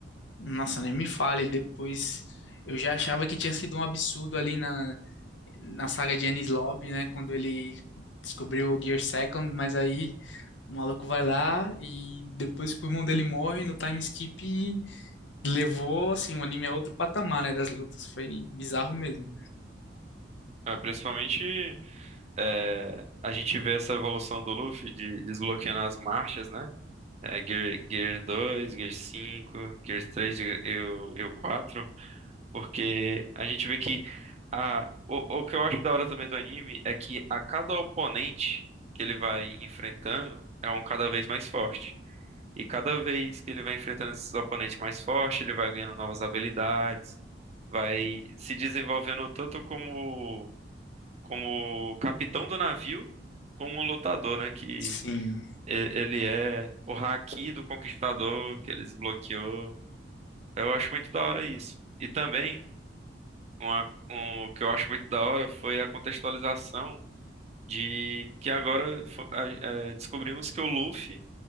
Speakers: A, on the left (about 80°); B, on the right (about 35°).
A: Nossa, nem me fale, depois. Eu já achava que tinha sido um absurdo ali na, na saga de Enies Lobby, né? Quando ele descobriu o Gear Second, mas aí o maluco vai lá e depois que o irmão dele morre no time skip, levou assim, o anime a outro patamar, né? Das lutas. Foi bizarro mesmo.
B: É, principalmente. É, a gente vê essa evolução do Luffy de desbloqueando as marchas, né? É, Gear, Gear 2, Gear 5, Gear 3, e o e o 4, porque a gente vê que a, o, o que eu acho da hora também do anime é que a cada oponente que ele vai enfrentando é um cada vez mais forte. E cada vez que ele vai enfrentando esses oponentes mais fortes, ele vai ganhando novas habilidades, vai se desenvolvendo tanto como como capitão do navio, como um lutador, né? Que
A: Sim.
B: e- ele é o haki do conquistador que ele desbloqueou. Eu acho muito da hora isso. E também, uma, um- o que eu acho muito da hora foi a contextualização de que agora fo- a- é, descobrimos que o Luffy,